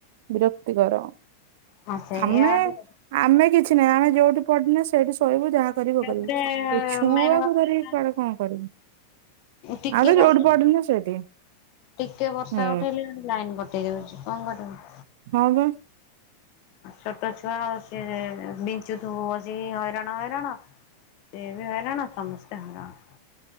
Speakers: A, on the right (about 50°); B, on the left (about 45°).
A: ବିରକ୍ତି କରର
B: ହଁ ସେଇଆ
A: ଆମେ
B: ହେଲେ
A: ଆମେ କିଛି କିଛି ନହିଁ ଆମେ ଯୋଉଠି ପଡିନ ସେଇଠି ଶୋଇବୁ ଯାହା କରିବୁ
B: ତାପରେ
A: କରିବୁ ଏଇ ଛୁଆକୁ
B: ମେନ୍ କଥା
A: ଧରି
B: ହେଲା
A: କୁଆଡେ କଣ କରିବି
B: ଟିକେ
A: ଆଉ ତ
B: ବର୍ଷା
A: ଯୋଉଠି ପଡିନି ନା ସେଇଠି
B: ଟିକେ ବର୍ଷା
A: ହୁଁ
B: ଉଠେଇଲି ଆଣି ଲାଇନ କଟେଇ ଦଉଛି କଣ କରିବ।
A: ହଉ।
B: ଛୋଟ ଛୁଆ ଆଉ ସ ବିଞ୍ଚୁଥିବୁ ଅଛି ହଇରାଣ ହଇରାଣ ସେବେ ହଲା ନା ସମସ୍ତେ ହେଲାଣ